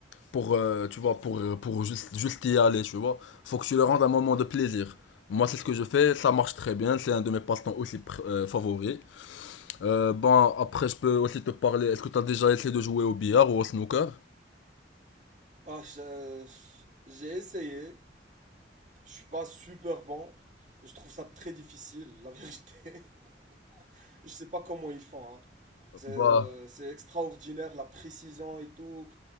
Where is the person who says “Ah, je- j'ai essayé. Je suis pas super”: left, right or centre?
Right